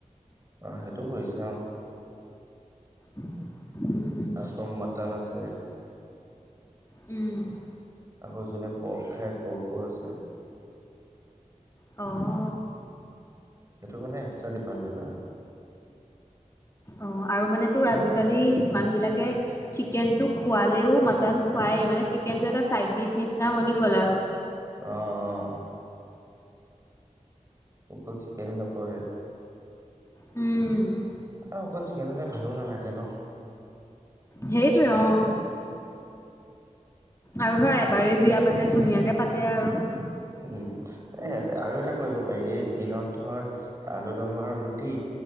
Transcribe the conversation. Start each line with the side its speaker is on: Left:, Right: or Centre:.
Right: অ, সেইটো কৰিছে অহ।
Left: উম' <unintelligible>
Right: আকৌ মাটন আছে।
Left: উম
Right: আকৌ যোনে পৰ্ক খাই পৰ্কো আছে।
Left: অঁ।
Right: সেইটো মানে এক্সট্ৰা ডিপাৰ্টমেণ্ট আও।
Left: অ আৰু মানে তোৰ আজিকালি মানুহ বিলাকে চিকেনটো খুৱালেও মটন খুৱাই, মানে চিকেনটো এটা চাইড ডিচ নিচিনা বনি গ'ল আৰু।
Right: অঁ, অঁ। অকল চিকেনে নকৰে।
Left: উম
Right: আৰু অকল চিকেন হ'লে, ভালো নালাগে নহ।
Left: সেইটোয়ে অ। আৰু ধৰ এবাৰেই বিয়া পাতে, ধুনীয়াকে পাতে আৰু।
Right: উম' এ আৰু এটা কৰিব পাৰি, এই দিনত ধৰ আলু দম আৰু ৰুটি,